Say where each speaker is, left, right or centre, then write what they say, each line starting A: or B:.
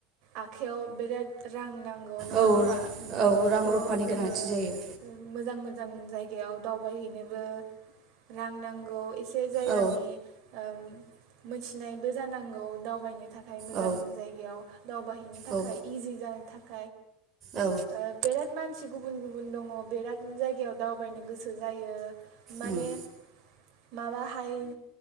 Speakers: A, on the right; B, on the right.
A: आखाइयाव बिराद रां नां गौ नङा
B: औ
A: होनबा नोंथां
B: औ रां
A: थ
B: रुफानि
A: जोंङो
B: गोनांथि जायो
A: मोजां मोजां जायग याव दावबायहैनोब रां नांगौ इस बै जायगानि
B: औ
A: ओम मोनथिनायबो जानांगौ दावबायनो थाख खाय मोजां
B: औ
A: जायगायाव दावबायहैनो थाखाय
B: औ
A: इजि जानो थाख
B: औ
A: <unintelligible> ओ बिराद मान से गुबुन गुबुन दङ बिराद जायगायाव दावबायनो गोसो जायो। माने
B: उम
A: माबाहाय